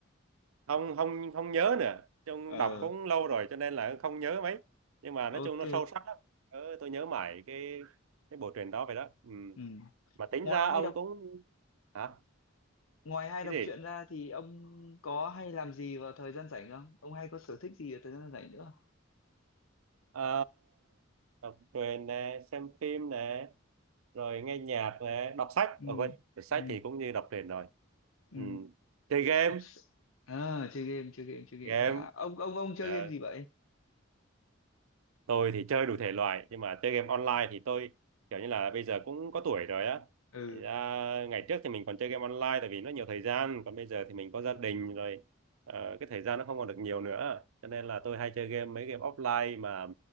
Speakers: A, on the right; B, on the left.
A: không không không nhớ nữa chung
B: ờ
A: đọc cũng lâu rồi cho nên là không nhớ mấy nhưng mà nói
B: ok
A: chung nó sâu sắc lắm ờ, tôi nhớ mãi cái cái bộ truyện đó vậy đó ừ.
B: ừ.
A: mà tính
B: ngoài
A: ra
B: hay
A: ông
B: đọc
A: cũng hả
B: Ngoài hay
A: cái
B: đọc
A: gì
B: truyện ra thì ông có hay làm gì vào thời gian rảnh không? Ông hay có sở thích gì vào thời gian rảnh nữa?
A: Ờ, đọc truyện nè xem phim nè rồi nghe nhạc này, đọc sách
B: Ừ,
A: ở quên đọc sách
B: ừ,
A: thì cũng như đọc truyện rồi
B: ừ.
A: ừ. chơi game
B: Đọc s- à, chơi game, chơi game, chơi
A: game
B: game hay là ông ông ông
A: ờ,
B: chơi game gì vậy?
A: tôi thì chơi đủ thể loại nhưng mà chơi game online thì tôi kiểu như là bây giờ cũng có tuổi rồi á
B: Ừ,
A: Thành ra ngày trước thì mình còn chơi game online tại vì nó nhiều thời gian còn bây giờ thì mình có gia đình rồi ờ, cái thời gian nó không còn được nhiều nữa cho nên là tôi hay chơi game mấy game offline mà